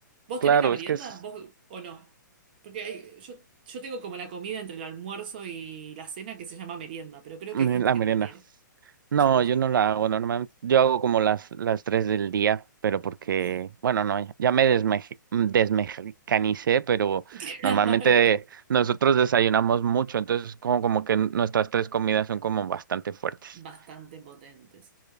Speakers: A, on the right; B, on the right.
A: ¿Vos
B: claro,
A: tenés la merienda?
B: es que es
A: ¿Vos o no? Porque hay- yo, yo tengo como la comida entre el almuerzo y la cena que se llama merienda, pero creo
B: mm,
A: que hay gente
B: la
A: que
B: merienda.
A: no la tiene.
B: No,
A: Sí,
B: yo
A: sí.
B: no la hago normalmente. Yo hago como las, las tres del día, pero porque,
A: Ah,
B: bueno, no, ya, ya me desmeje- desmexicanicé, pero
A: <laughs> claro,
B: normalmente nosotros desayunamos mucho, entonces como, como que nuestras tres comidas son como bastante fuertes.
A: bastante potentes.